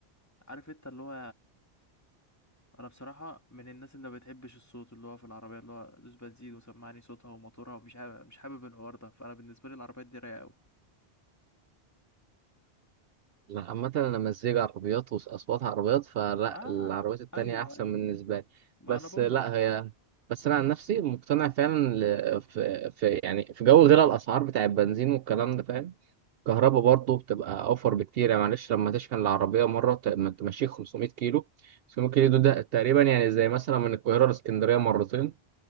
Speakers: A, on the left (about 15°); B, on the right (about 70°).
A: عارف انت اللي هو انا بصراحه من الناس اللي ما بتحبش الصوت اللي هو في العربيه اللي هو دوس بنزين وسمعني صوتها وموتورها ومش حابب مش حابب الحوار ده فانا بالنسبه لي العربيات دي رايقه قوي
B: لا، عامة أنا مزيج عربيات وأصوات عربيات فلا
A: ما
B: العربيات التانية
A: ايوه
B: أحسن
A: ايوه
B: بالنسبة لي
A: ما
B: بس
A: انا بقول
B: لا
A: لك.
B: هي بس أنا عن نفسي مقتنع فعلا ل- في, في يعني في جو غير الأسعار بتاع البنزين والكلام ده فاهم الكهرباء برضه بتبقى أوفر بكتير يعني معلش لما تشحن العربية مرة ت- ما تمشيك 500 كيلو 500 كيلو ده تقريبا يعني زي مثلا من القاهرة لإسكندرية مرتين